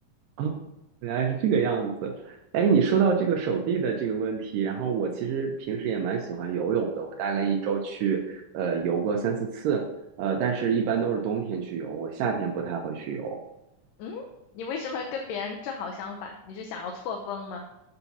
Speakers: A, on the right (about 85°); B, on the left (about 85°).
A: 哦，原来是这个样子。哎，你说到这个手臂的这个问题，然后我其实平时也蛮喜欢游泳的，我大概一周去呃游个三四次，呃，但是一般都是冬天去游，我夏天不太会去游。
B: 嗯，你为什么跟别人正好相反？你是想要错峰吗？